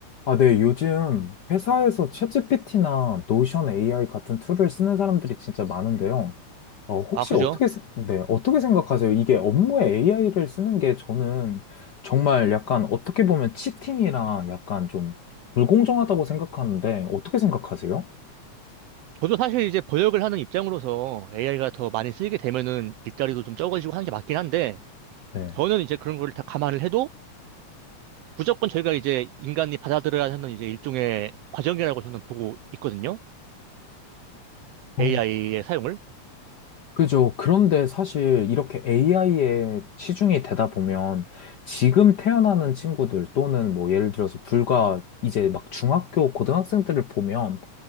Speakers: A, on the left; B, on the right.
A: 아, 네. 요즘 회사에서 챗GPT나 노션 AI 같은 툴을 쓰는 사람들이 진짜 많은데요. 어, 혹시
B: 아, 그죠?
A: 어떻게, 세- 네, 어떻게 생각하세요? 이게 업무에 AI를 쓰는 게 저는 정말 약간 어떻게 보면 치팅이라 약간 좀 불공정하다고 생각하는데 어떻게 생각하세요?
B: 저도 사실 이제 번역을 하는 입장으로서 AI가 더 많이 쓰이게 되면은 일자리도 좀 적어지고 하는 게 맞긴 한데,
A: 네.
B: 저는 이제 그런 걸 다 감안을 해도 무조건 저희가 이제 인간이 받아들여야 하는 이제 일종의 과정이라고 저는 보고 있거든요.
A: 어,
B: AI의 사용을.
A: 그죠. 그런데 사실 이렇게 AI에 치중이 되다 보면 지금 태어나는 친구들 또는 뭐 예를 들어서 불과 이제 막 중학교, 고등학생들을 보면